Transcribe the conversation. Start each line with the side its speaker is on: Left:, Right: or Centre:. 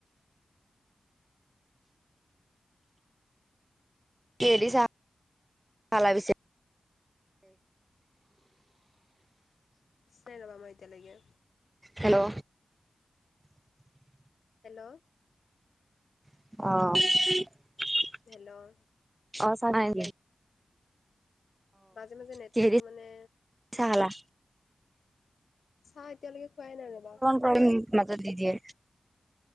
Right: কেদি চ চা পিছে
Left: চাই ৰব মই এতিয়ালৈকে।
Right: হেল্ল'।
Left: হেল্ল'।
Right: অ',
Left: হেল্ল'
Right: অ ', চানা আগে।
Left: মাজে, মাজে, নেটৱৰ্কটো
Right: কিহেদি
Left: মানে
Right: চাহ খালা।
Left: চাহ এতিয়ালৈকে খোৱাই নাই ৰবা।
Right: কই মাজত দি দিয়ে।